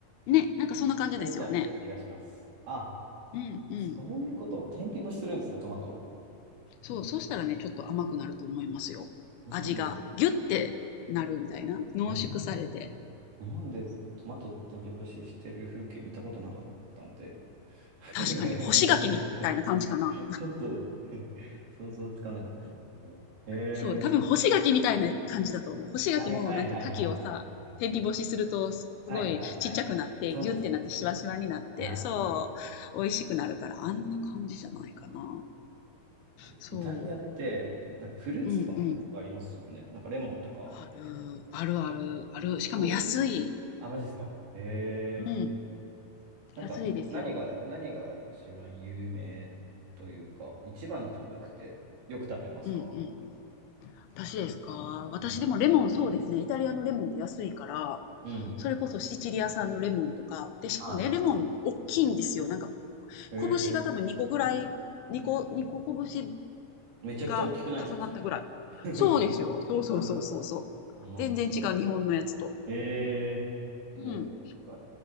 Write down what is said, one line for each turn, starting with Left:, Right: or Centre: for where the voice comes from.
Left: ね、なんかそんな感じですよね。
Right: 書いてあった気がします。あ、
Left: うんうん。
Right: そういうこと。天日干しするんですね、トマト。
Left: そう、そしたらね、ちょっと甘くなると思いますよ。
Right: 日本です、
Left: 味がギュッてなるみたいな。濃縮されて。
Right: えー日本でトマト天日干ししてる風景見たことなかったんで。<laughs>
Left: 確かに干し柿みたいな感じかな。
Right: <laughs> ちょっと <laughs> 想像つかなかったですね。へ
Left: そう、多分干し柿みたいな感じだと思う。
Right: え。
Left: 干し柿もなんか牡蠣をさ、
Right: はいはいはいはいはいはいはい。
Left: 天日干しするとすごいちっちゃくなって、
Right: はいはいはいはい。そうですね、
Left: ギュってなってシワシワになって、
Right: そうです。はい。
Left: そう、美味しくなるから、あんな感じじゃないかな。
Right: あそういうことか。あとイタリアって、
Left: そ
Right: なんかフルーツとかも結構いっぱいありますよね。
Left: う、うんうん。
Right: なんかレモンとか。
Left: ある、あるある、ある。しかも安い。
Right: どう、あ、マジですか。へえ。
Left: うん、
Right: なんか何が、
Left: 安いですよ。
Right: 何が一番有名というか、一番でもなくて、よく食べますか
Left: うんうん。私ですか私でもレモンそうですね。
Right: うん。
Left: イタリアのレモンって安いから、
Right: うん。
Left: それこそシチリア産のレモンとか、で、しかもね、
Right: はい。
Left: レモン大きいんですよ。なんか
Right: へ
Left: 拳が多分2個ぐらい、
Right: え。
Left: 2個、2個拳
Right: めちゃくちゃ大きくないですか、
Left: が重なったぐらい。
Right: それ。<laughs>
Left: そうですよ。そうそうそうそうそう。
Right: なんか、あの、
Left: 全然違う、日本のやつと。
Right: ええー、それは結構でかい。
Left: うん。